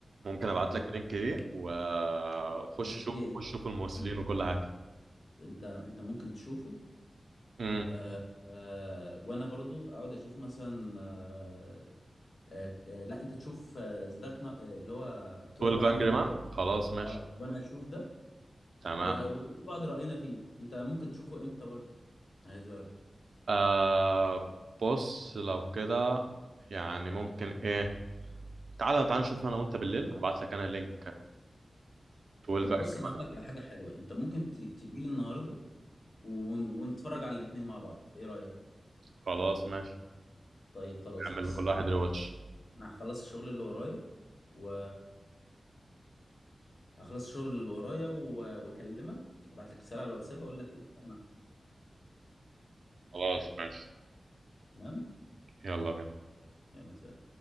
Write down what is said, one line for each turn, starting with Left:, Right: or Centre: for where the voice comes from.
Right: ممكن ابعت
Left: يا ريت
Right: لك اللينك دي وخش شوف
Left: طب ايه
Right: خش شوف الممثلين
Left: انت
Right: وكل حاجه
Left: انت انت ممكن تشوفه
Right: امم
Left: آه آه وانا برضو اقعد اشوف مثلا آه آه آه، لا انت تشوف ذا دارك اللي هو 12
Right: 12
Left: انجري
Right: انجري مان خلاص ماشي
Left: اه وانا اشوف ده
Right: تمام
Left: و- ونقول لبعض راينا فيه انت ممكن تشوفه امتى برضه عايز اعرف
Right: آه بص لو كده يعني ممكن ايه تعالى تعالى نشوف انا وانت بالليل هبعت لك انا لينك 12 انجري
Left: طب بص انا هقول
Right: مان
Left: لك على حاجه حلوه انت ممكن ت- تجيلي النهارده ون... ونتفرج على الاتنين مع بعض ايه رايك
Right: خلاص ماشي
Left: طيب خلاص
Right: نعمل
Left: بص
Right: لكل واحد
Left: انا
Right: ريواتش
Left: أنا هخلص الشغل اللي ورايا و هخلص الشغل اللي ورايا و... واكلمك ابعت لك رساله على الواتساب اقول لك ايه أنا-
Right: خلاص ماشي
Left: تمام
Right: يلا بينا
Left: يلا سلام